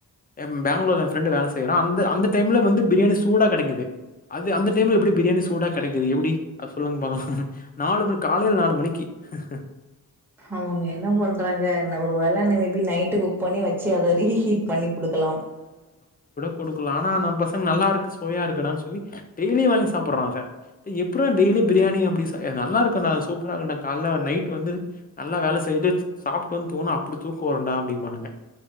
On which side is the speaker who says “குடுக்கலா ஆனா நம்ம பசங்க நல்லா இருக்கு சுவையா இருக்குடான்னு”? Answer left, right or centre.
Left